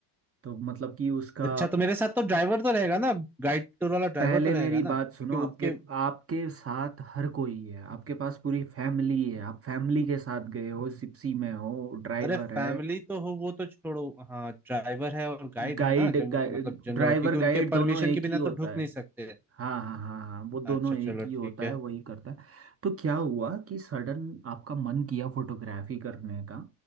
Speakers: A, on the right; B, in the centre.
A: तो मतलब कि उसका
B: अच्छा तो मेरे साथ तो ड्राइवर तो रहेगा ना गाइड टूर वाला ड्राइवर
A: पहले
B: तो
A: मेरी
B: रहेगा ना
A: बात
B: क्योंकि
A: सुनो आपके
B: उनके
A: आपके साथ हर कोई है आपके पास पूरी फैमिली है आप फैमिली के साथ गए हो जिप्सी में हो ड्राइवर
B: अरे फैमिली
A: है
B: तो हो वो तो छोड़ो हाँ ड्राइवर है और गाइड
A: गाइड
B: है ना जंग
A: गाइड
B: मतलब जंगल
A: ड्राइवर
B: वाला, क्योंकि
A: गाइड
B: उनके
A: दोनों
B: परमिशन
A: एक
B: के बिना
A: ही होता
B: तो ढुक
A: है
B: नहीं सकते
A: हाँ हाँ हाँ हाँ वो दोनों
B: अच्छा
A: एक
B: चलो
A: ही होता
B: ठीक है
A: है वही करता है तो क्या हुआ कि सडन आपका मन किया फोटोग्राफी करने का